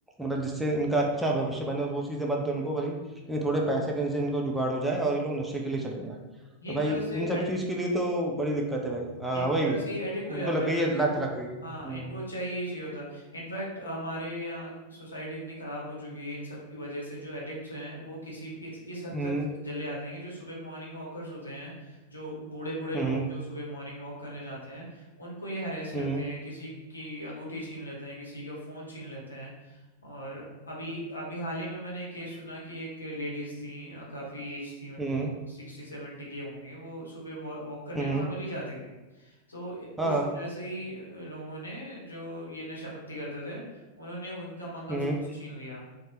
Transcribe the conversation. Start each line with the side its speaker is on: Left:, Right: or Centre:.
Centre: मतलब जिससे इनका अच्छा भविष्य बने वो चीजें मत दो इनको भले लेकिन थोड़े पैसे कहीं से इनको जुगाड़ हो जाए और ये लोग नशे के लिए चले जाए
Left: ये
Centre: तो
Left: एक
Centre: भाई
Left: तरह से
Centre: इन सब चीज के लिए तो बड़ी दिक्कत है भाई हाँ
Left: एक
Centre: भाई
Left: तरह से ही एडिक्ट हो जाते
Centre: उनको लग
Left: हैं
Centre: गई
Left: तो
Centre: है
Left: इनको
Centre: लत लग गई है हम्म
Left: हाँ इनको चाहिए ही चाहिए होता इनफैक्ट हमारे यहाँ सोसाइटी इतनी खराब हो चुकी है इन सब की वजह से जो एडिक्ट्स हैं वो किसी भी- इस, इस हद
Centre: हम्म
Left: तक चले आते हैं कि जो सुबह मॉर्निंग वॉकर्स होते हैं जो बूढ़े बूढ़े लोग
Centre: हम्म
Left: जो सुबह मॉर्निंग वॉक करने जाते हैं उनको ये हरेस करते
Centre: हम्म
Left: हैं किसी की अंगूठी छीन लेते हैं किसी का फोन छीन लेते हैं और अभी अभी हाल ही में मैंने एक केस सुना कि एक लेडीज थी अ, काफी एज थी उनकी
Centre: हम्म
Left: सिक्सटी सेवेंटी की होंगी वो सुबह वॉक करने
Centre: हम्म,
Left: नॉर्मली जाती थी तो ए- कुछ
Centre: हाँ
Left: ऐसे ही अ, लोगों ने जो ये नशा पत्ती करते थे उन्होंने उनका मंगलसूत्र
Centre: हम्म
Left: छीन लिया